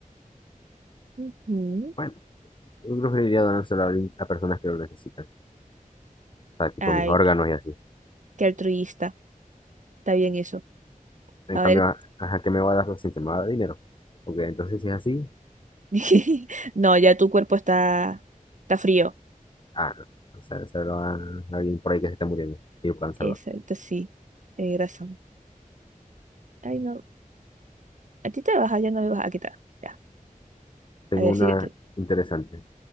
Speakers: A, on the right (about 60°); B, on the left (about 35°).
A: Ujú.
B: Bueno, yo preferiría donárselo a, alguien- a personas que lo necesitan. O sea, tipo
A: Ay,
B: mis órganos y así.
A: qué altruista. Está bien eso.
B: En
A: A
B: cambio,
A: ver.
B: ¿a qué me va a dar la ciencia? ¿Me va a dar dinero? Porque entonces si es así,
A: <laughs> No, ya tu cuerpo está, está frío.
B: ah, no. O sea, se lo a alguien por ahí que se está muriendo y lo puedan salvar.
A: Exacto, sí. Tienes razón. Ay, no. A ti te baja, ya no me baja. Aquí está. Ya.
B: Tengo
A: A ver,
B: una
A: síguete.
B: interesante.